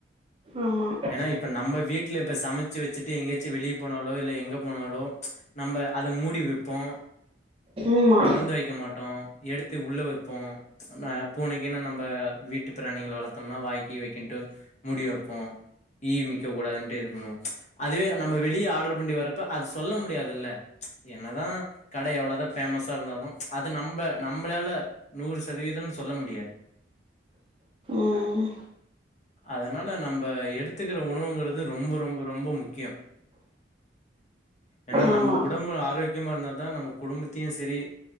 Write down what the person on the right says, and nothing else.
ஆமா
ம்மா
ம்
ஆமா